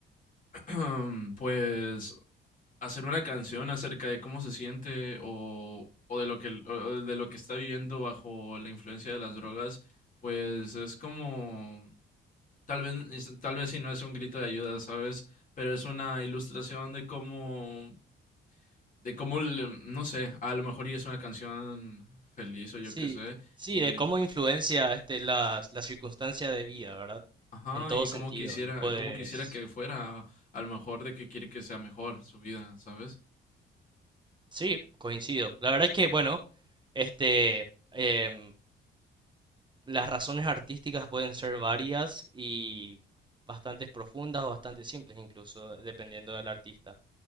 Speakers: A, on the left; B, on the right.
A: <clears throat> pues hacer una canción acerca de cómo se siente o, o de lo que, o de lo que está viviendo bajo la influencia de las drogas, pues es como Tal vez, tal vez si no es un grito de ayuda, ¿sabes? Pero es una ilustración de cómo, de cómo, le- no sé, a lo mejor y es una canción feliz o yo
B: Sí,
A: qué sé,
B: sí,
A: y,
B: de cómo influencia este, las, las circunstancias de vida, ¿verdad?
A: ajá,
B: En todo
A: y
B: sentido.
A: cómo quisiera,
B: Y pues,
A: cómo quisiera que fuera, a lo mejor de que quiere que sea mejor su vida, ¿sabes?
B: sí, coincido. La verdad es que, bueno, este, em, Las razones artísticas pueden ser varias y bastante profundas o bastante simples incluso, dependiendo del artista.